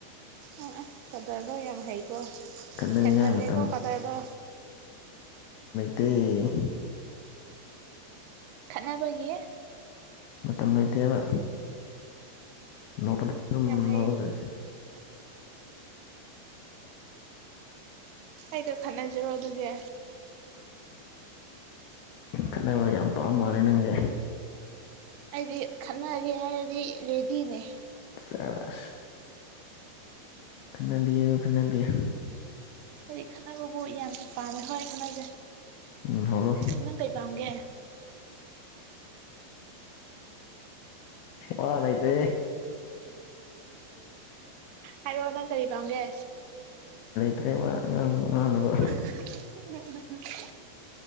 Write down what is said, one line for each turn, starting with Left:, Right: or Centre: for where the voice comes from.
Right: ꯑ ꯑ ꯀꯗꯔꯗꯣ ꯌꯥꯝ ꯍꯩ ꯀꯣ
Left: ꯈꯠꯅꯅꯤꯡꯉꯥꯏ
Right: ꯍꯦꯟ ꯃꯜꯂꯦ
Left: ꯃꯇꯝ
Right: ꯀꯣ ꯀꯗꯔꯗꯣ
Left: ꯇꯦ
Right: ꯈꯠꯅꯕꯒꯤ ꯏꯁ
Left: ꯃꯇꯝ ꯂꯩꯇꯦꯕ ꯅꯣꯛꯄꯗ ꯑꯗꯨꯝ
Right: ꯌꯥꯝ ꯍꯩ
Left: ꯅꯣꯛꯑꯂꯩ
Right: ꯑꯩꯒ ꯈꯠꯅꯖꯤꯔꯣ ꯑꯗꯨꯗꯤ
Left: ꯈꯠꯅꯕ ꯌꯥꯝ ꯄꯥꯝꯃꯥꯜꯂꯦ ꯅꯪꯁꯦ
Right: ꯑꯩꯗꯤ ꯈꯠꯅꯒꯦ ꯍꯥꯏꯔꯗꯤ ꯔꯦꯗꯤꯅꯦ
Left: ꯥꯁꯦꯁ ꯈꯟꯅꯕꯤꯌꯨ ꯈꯟꯅꯕꯤꯌꯨ
Right: ꯍꯥꯏꯗꯤ ꯈꯅꯥꯕꯕꯨ ꯌꯥꯝꯅ ꯄꯥꯝꯃꯦ ꯍꯣꯏ ꯈꯠꯅꯖꯦ
Left: ꯎꯝ ꯍꯧꯔꯣ
Right: ꯅꯪ ꯀꯩ ꯄꯥꯝꯒꯦ
Left: ꯋꯥ ꯂꯩꯇꯦ
Right: ꯍꯥꯏꯔꯛꯑꯣ ꯅꯪ ꯀꯔꯤ ꯄꯥꯝꯒꯦ
Left: ꯇ꯭ꯔꯦ ꯋꯥ ꯉꯥꯡꯕ ꯉꯥꯡꯅꯕ
Right: <unintelligible>